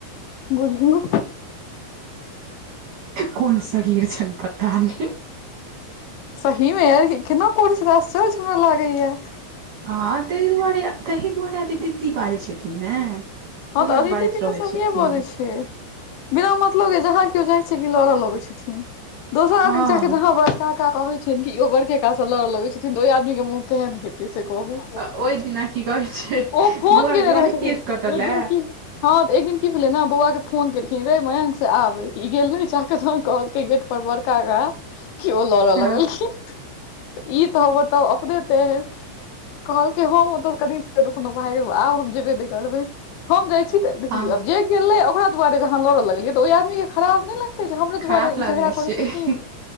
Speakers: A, on the left; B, on the right.
A: बुझियौ।
B: कून शरीर छैन पता नहि।
A: सही में ई केना करै छथिन? आसचर्ज हमरा लागै यैऽ।
B: हँ तई दुआरे तहि दुआरे अदिति दीदी बाजै छथिन ने?
A: हँ तऽ
B: लए
A: अदिति
B: बाजैत
A: दी
B: रहै
A: तऽ सहिये
B: छथिन
A: बजै छै, बिना मतलब के जहां कि कियो जाइ छै कि लड़ऽ लगै छथिन, दोसर
B: हँ
A: आदमी जाकऽ जहाँ बड़का का कहबै छैन कि ओ बड़के का सँ लड़ऽ लगै छथिन, त ओई आदमी के मुँह केहेन हेतै से कहू? ओ
B: ओहि
A: फोन क कऽ बजबै
B: दिना
A: छथिन,
B: की कहै छै
A: ओ फोन
B: बौआ के
A: केने
B: जहिया
A: रहै
B: ने
A: छथिन।
B: केश कटल
A: एक दिन
B: ए
A: की हँ तऽ एक दिन की भेलै न, बौआ के फोन केलखिन रै मयंक से आबै, ई गेलै चाह क <unintelligible> गेट बड़का काऽ कि ओ लड़ऽ
B: हँ
A: लगलखिन। ई त होता अपने तेहेन, कहलकै हम ओतऽ कनि देर रुकनव भ गेलौ, आब हम जेबे नहि करबै, हम जाइ छी तऽ देखिहिन
B: हँ
A: जे गेलै ओकरा दुआरे जे अहाँ लड़ऽ लगलियै त ओई आदमी के खराब नहि लग तै जे हमरे
B: खराब
A: दुआरे इ
B: लागै
A: झगड़ा करै
B: छै
A: छथिन।